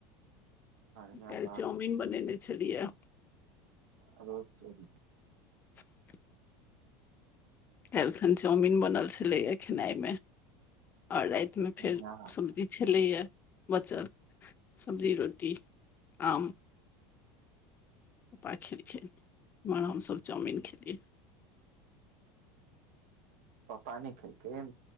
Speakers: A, on the right; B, on the left.
A: बढ़िया
B: काइल
A: बात
B: चाउमीन बनेने छलिया
A: आरौ तोरी
B: <inaudible> काईल खन चाउमिन बनल छलैया खेनाइ मे आओर राति मे
A: बढ़िया
B: फेर
A: बात
B: सब्जी छलैया बचल सब्जी रोटी आम <unintelligible> इम्हर हमसभ चाउमीन खेलियै
A: पप्पा नै खेलखिन